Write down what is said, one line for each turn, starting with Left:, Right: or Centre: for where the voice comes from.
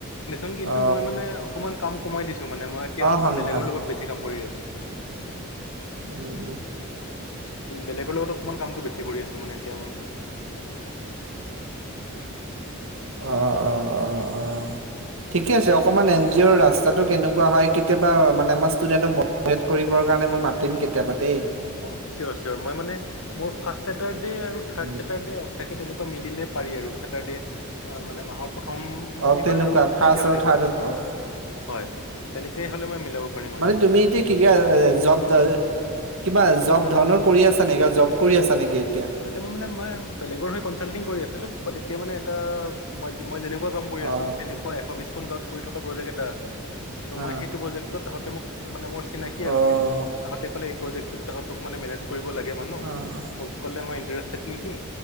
Left: <unintelligible> কিন্তু
Right: অ
Left: মই মানে অকমান কাম কমাই দিছোঁ মানে এতিয়া
Right: অ
Left: অলপমান
Right: সন্ধান
Left: বেলেগৰ লগত বেচি কাম কৰি আছোঁ <inaudible>
Right: উ
Left: বেলেগৰ লগত অকণমান কামটো বেছি কৰি আছো মানে এতিয়া মই
Right: অ অ অ অ ঠিকে আছে অকমান এন জি অ'ৰ ৰাস্তাতটো কেনেকুৱা হয় কেতিয়াবা মানে আমাৰ ষ্টুডেন্টক মিভেট কৰিবৰ কাৰণে মই মাতিম কেতিয়াবা দেই
Left: অ চিয়'ৰ চিয়'ৰ মই মানে মোৰ ফাৰ্ষ্ট চছেটাৰডে আৰু থাৰ্ড
Right: উম
Left: চেটাৰডে অফ থাকে তেনেকুৱা মিলে পাৰি আৰু চেটাৰডে অ মানে মাহৰ প্ৰথম শনিবাৰ
Right: অ তেনেকুৱা
Left: আৰু
Right: ফাৰ্ষ
Left: তৃতীয় শনিবাৰ
Right: আৰু থাৰ্ডত প
Left: হয় তেনেকেই হ'লে মই মিলাব পাৰিম আৰু
Right: মানে তুমি এতিয়া কি-কি জব কিবা জব ধৰণৰ কৰি আছা নেকি জব কৰি আছা নেকি এতিয়া
Left: হয় মই মানে ম বেলেগৰ হৈ কি কনঞ্চাতিন কৰি আছিলো তেতিয়া মানে এটা মই মই যেনেকুৱা কাম কৰি
Right: অ
Left: আছোঁ সেনেকোৱা এ বিশখন গাঁৱত কৰি থকা প্ৰজেক্ট এটা আছে। ত
Right: অ
Left: মই সেইটো প্ৰজেক্টত তত মোক মানে মোৰ চিনাকি আগতে
Right: অ
Left: তাহঁতে ক'লে- প্ৰযেকটোত তাহাতক মানে মেনেজ- কৰিব লাগে মানো
Right: অ
Left: মোক মই ইটাৰেষ্টড, নেকি?